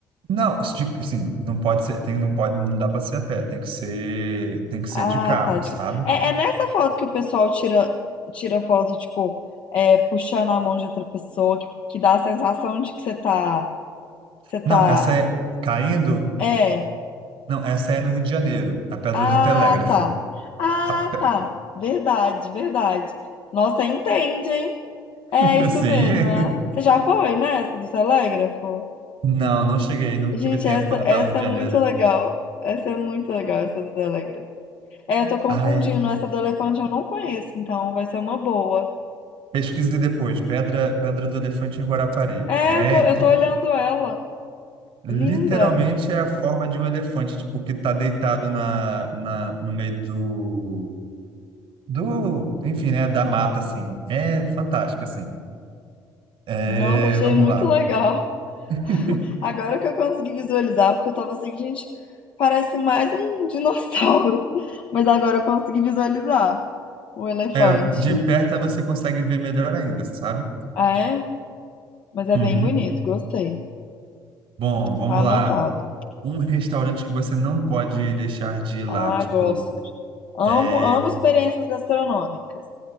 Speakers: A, on the right; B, on the left.
A: Não, de- assim, não pode ser, tem, não pode, não dá para ser a pé, tem que ser, tem que
B: Ah,
A: ser de carro,
B: tá. de-
A: sabe?
B: É, é nessa foto que o pessoal tira, tira foto, tipo, é, puxando a mão de outra pessoa, que, que dá a sensação de que você tá, que você
A: Não,
B: tá.
A: essa é caindo.
B: É.
A: Não, essa é no Rio de Janeiro, a Pedra
B: Ah,
A: do Telégrafo.
B: tá. Ah,
A: A pe-
B: tá. Verdade, verdade. Nossa, entende, hein? É
A: <laughs>
B: isso
A: Sim.
B: mesmo, né? Você já foi nessa do telégrafo?
A: Não, não cheguei, não
B: Gente,
A: tive tempo
B: essa,
A: quando eu estava
B: essa
A: no Rio de
B: é muito
A: Janeiro.
B: legal. Essa é muito legal, essa do Telegram. É, eu tô confundindo.
A: Ai,
B: Essa do elefante eu não conheço, então vai ser uma boa.
A: Pesquise depois, Pedra, Pedra do Elefante em Guarapari.
B: É,
A: É
B: eu tô, eu tô olhando ela.
A: literalmente
B: Linda.
A: é a forma de um elefante, tipo, que tá deitado na, na, no meio do, do, enfim, né, da mata, assim. É fantástico, assim. É,
B: Nossa, achei
A: vamos
B: muito
A: lá.
B: legal.
A: <laughs>
B: Agora que eu consegui visualizar, porque eu tava assim, gente, parece mais um <laughs> dinossauro. Mas agora eu consegui visualizar o elefante.
A: É, de perto você consegue ver melhor ainda, sabe?
B: Ah, é? Mas é
A: Uhum.
B: bem bonito, gostei.
A: Bom, vamos
B: Tá anotado.
A: lá. Um restaurante que você não pode deixar de ir lá,
B: Ah,
A: tipo,
B: gosto. Amo,
A: é,
B: amo experiências gastronômicas.